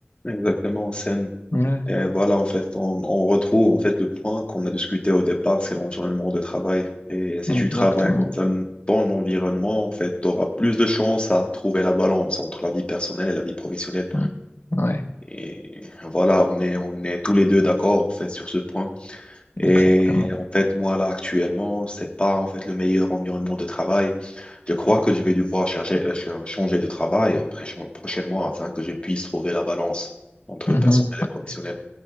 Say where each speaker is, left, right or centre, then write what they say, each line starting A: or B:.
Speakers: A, on the left; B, on the left.
A: Exactement, c'est un-
B: Ouais,
A: Et voilà, en fait, on, on retrouve en fait le point qu'on a discuté au départ, c'est l'environnement de travail. Et si
B: exactement.
A: tu travailles dans un bon environnement, en fait, tu auras plus de chances à trouver la balance entre la vie personnelle et la vie professionnelle.
B: Ouais, ouais,
A: Et voilà, on est, on est tous les deux d'accord, en fait, sur ce point. Et
B: exactement.
A: en fait, moi, là, actuellement, c'est pas, en fait, le meilleur environnement de travail. Je crois que je vais devoir chercher, euh, ch- changer de travail euh, pré- prochainement afin que je puisse trouver la balance entre
B: Mhm.
A: le personnel et le professionnel.